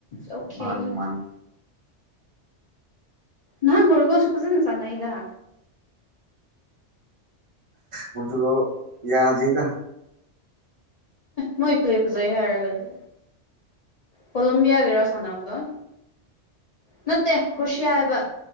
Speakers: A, on the left; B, on the right.
A: ꯑꯣꯦ
B: ꯃꯥꯅꯤ
A: ꯑꯩ
B: ꯃꯥꯅꯤ
A: ꯅꯥꯟ ꯄꯨꯔꯒꯣꯁꯨ ꯄꯁꯟ ꯁꯅ ꯏꯗ
B: ꯃꯗꯨꯒꯣ ꯌꯥꯗꯩꯒ
A: ꯃꯣꯏ ꯏꯋꯦ ꯄꯨꯖꯥꯏ ꯍ ꯍꯥꯏꯔꯒꯗꯤ ꯀꯣꯂꯝꯣꯕꯤꯌꯥꯒꯤꯔꯣ ꯁꯥꯟꯅꯕꯅꯕꯗꯣ ꯅꯠꯇꯦ ꯀꯣꯁꯤꯌꯥ ꯍꯥꯏꯕ